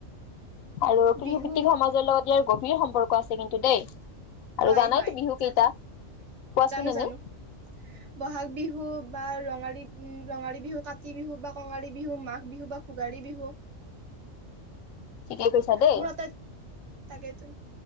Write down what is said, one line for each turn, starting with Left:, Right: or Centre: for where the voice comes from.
Left: আৰু কৃষিভিত্তিক
Right: বিহু
Left: সমাজৰ লগত ইয়াৰ গভীৰ সম্পৰ্ক আছে কিন্তু দেই। আৰু
Right: হয়
Left: জানাইতো
Right: হয়
Left: বিহু
Right: জানো
Left: কেইটা। কোৱাচোন
Right: জানো
Left: এনে
Right: জানো বহাগ বিহু। বা ৰঙালী উ ৰঙালী বিহু কাতি বিহু বা কঙালী বিহু মাঘ বিহু বা ভোগালী বিহু।
Left: ঠিকেই কৈছা দেই
Right: মোৰ আটাই তাকেতো।